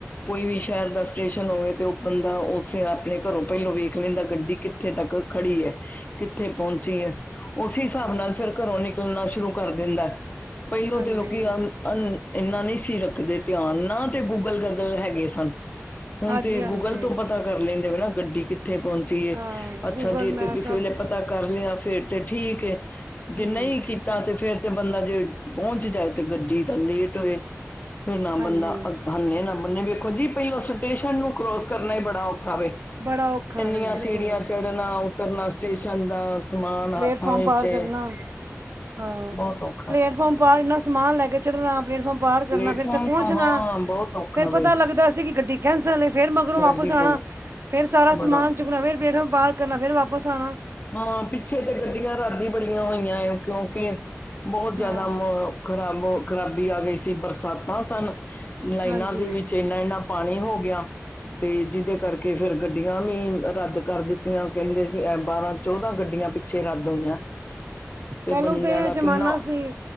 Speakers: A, on the left; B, on the right.
A: ਕੋਈ ਵੀ ਸ਼ਹਿਰ ਦਾ ਸਟੇਸ਼ਨ ਹੋਵੇ ਤੇ ਉਹ ਬੰਦਾ ਉਸੇ ਆਪਣੇ ਘਰੋਂ ਪਹਿਲੋਂ ਵੇਖ ਲੈਂਦਾ ਗੱਡੀ ਕਿੱਥੇ ਤੱਕ ਖੜੀ ਹੈ ਕਿੱਥੇ ਪਹੁੰਚੀ ਹੈ ਉਸੀ ਹਿਸਾਬ ਨਾਲ ਫੇਰ ਘਰੋਂ ਨਿਕਲਣਾ ਸ਼ੁਰੂ ਕਰ ਦਿੰਦਾ। ਪਹਿਲੋਂ
B: ਹਾਂਜੀ
A: ਤੇ ਲੋਕੀ ਅਮ ਅਨ ਏਂਨਾ ਨਹੀਂ ਸੀ ਰੱਖਦੇ ਧਿਆਨ ਨਾ ਤੇ ਗੂਗਲ ਗਾਗਲ ਹੈਗੇ ਸਨ। ਹੁਨ
B: ਹਾਂਜੀ
A: ਤੇ
B: ਹਾਂਜੀ
A: ਗੂਗਲ ਤੋਂ ਪਤਾ ਕਰ ਲੈਂਦੇਵੇ ਨਾ ਗੱਡੀ ਕਿੱਥੇ ਪਹੁੰਚ ਏ
B: ਹਾਂ
A: ਅੱਛਾ
B: ਗੂਗਲ
A: ਜੇ
B: ਮੈਪ
A: ਤੇ ਕਿਸੇ
B: ਸਭ
A: ਵੇਲੇ ਪਤਾ ਕਰ ਲਿਆ ਫੇਰ ਤੇ ਠੀਕ ਏ। ਜੇ
B: ਹੂੰ
A: ਨਹੀਂ ਕੀਤਾ ਤੇ ਫੇਰ ਤੇ ਬੰਦਾ ਜੇ ਪੋਹਂਚ ਜਾਏ ਤੇ ਗੱਡੀ ਤਾਂ ਲੇਟ ਹੋਏ। ਫੇਰ ਨਾ ਬੰਦਾ
B: ਹਾਂਜੀ
A: ਅ ਹਨੇ ਨਾ ਬੰਨੇ ਵੇਖੋ ਜੀ ਪਹਿਲੋ ਸਟੇਸ਼ਨ ਨੂੰ ਕਰੋਸ ਕਰਨਾ ਹੀ ਬੜਾ ਔਖ ਖਾਵੇ
B: ਬੜਾ ਔਖਾ
A: ਏਨੀਆਂ
B: ਵੇ ਬਿਲਕੁਲ
A: ਸੀੜੀਆਂ ਚੜ੍ਹਨਾ ਉਤਰਨਾ ਸਟੇਸ਼ਨ ਦਾ ਸਮਾਨ
B: ਪਲੇਟਫਾਰਮ
A: ਹੱਥਾਂ ਵਿੱਚ
B: ਪਾਰ
A: ਏ
B: ਕਰਨਾ ਹਾਂ
A: ਬੋਤ ਔਖ
B: ਪਲੇਟਫਾਰਮ ਪਾਰ ਇੰਨਾ ਸਮਾਨੈ ਲੈਕੇ ਚੜ੍ਹਣਾ ਪਲੇਟਫਾਰਮ ਪਾਰ ਕਰਨਾ
A: ਪਲੇਟਫਾਰਮ
B: ਫੇਰ ੳਥੇ ਪਹੁੰਚਣਾ
A: ਤੋਂ ਹਾਂ ਬਹੁਤ ਔਖਾ
B: ਫੇਰ
A: ਵੇ
B: ਪਤਾ ਲੱਗਦਾ ਸੀ ਕਿ ਗੱਡੀ ਕੈਂਸਲ ਏ ਫੇਰ ਮਗਰੋਂ ਵਾਪਸ
A: ਗੱਡੀ
B: ਆਣਾ।
A: ਕ
B: ਫੇਰ ਸਾਰਾ ਸਮਾਨ
A: ਬੜਾ
B: ਚੁੱਕਣਾ ਫੇਰ ਪਲੇਟ ਫਾਰਮ ਪਾਰ ਕਰਨਾ ਫੇਰ ਵਾਪਸ ਆਣਾ।
A: ਹਾਂ ਪਿੱਛੇ ਤੇ ਗੱਡੀਆਂ ਰਾਰਾਦੀ ਬੜੀਆਂ ਹੋਈਆਂ ਕਿਉਂਕਿ ਬਹੁਤ ਜਿਆਦਾ
B: ਹਾਂ
A: <unintelligible> ਖਰਾਬੋ ਖ਼ਰਾਬੀ ਆ ਗਈ ਸੀ ਬਰਸਾਤਾਂ ਸਨ ਲਾਈਨਾਂ
B: ਹਾਂਜੀ
A: ਦੇ ਵਿੱਚ ਏਨਾ ਏਨਾ ਪਾਣੀ ਹੋ ਗਿਆ ਤੇ ਜਿਹਦੇ ਕਰਕੇ ਫੇਰ ਗੱਡੀਆਂ ਵੀ ਰੱਦ ਕਰ ਦਿੱਤ ਨਾ ੳਹ ਕਹਿੰਦੇ ਸੀ ਬਾਰਾਂ ਚੌਦਾਂ ਗੱਡੀਆਂ ਪਿੱਛੇ ਰੱਦ ਹੋਈਆਂ। ਤੇ
B: ਪਹਿਲੋਂ
A: ਬੰਦਿਆਂ ਦਾ
B: ਜ਼ਮਾਨਾ
A: ਕਿੰਨਾ
B: ਸੀ